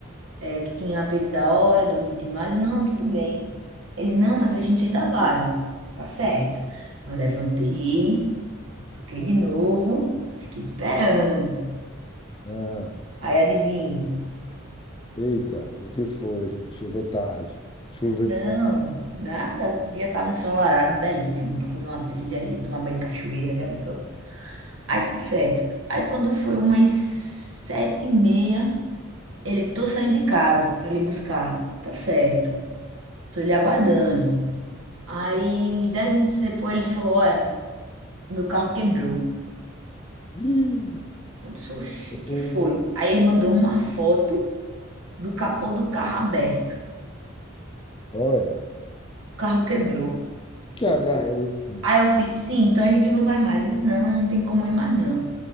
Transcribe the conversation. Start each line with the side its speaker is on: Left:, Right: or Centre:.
Right: é, que tinha perdido a hora, dormido demais. Eu, Não, tudo bem. Ele, não, mas a gente ainda vai. Tá certo. Eu levantei, troquei de novo, fiquei esperando.
Left: Ah,
Right: Aí adivinha?
Left: eita, o que foi? Chegou tarde. Choveu.
Right: Não, nada. O dia estava ensolarado, belíssimo, para fazer uma trilha aí, tomar banho de cachoeira, já pensou? Aí tudo certo. Aí quando foi umas sete e meia, ele, tô saindo de casa para lhe buscar. Eu, Tá certo. Tô lhe aguardando. Aí, uns 10 minutos depois, ele falou: Olha, meu carro quebrou.
Left: Ih,
Right: Eu disse: Oxi,
Left: o-
Right: o que foi? Aí ele mandou uma foto do capô do carro aberto.
Left: olha,
Right: O carro quebrou.
Left: que
Right: Eu-
Left: H é esse?
Right: Aí eu fiz: Sim, então a gente não vai mais. Ele: Não, não tem como ir mais não.